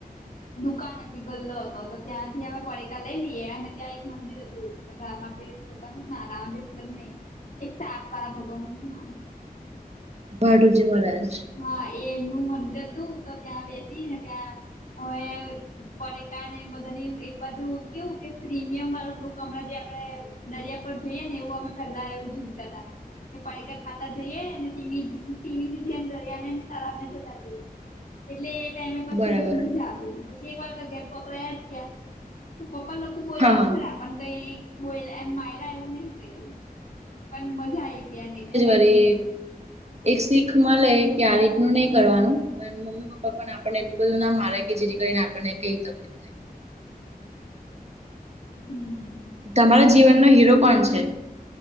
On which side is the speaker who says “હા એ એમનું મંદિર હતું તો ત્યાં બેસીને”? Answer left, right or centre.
Left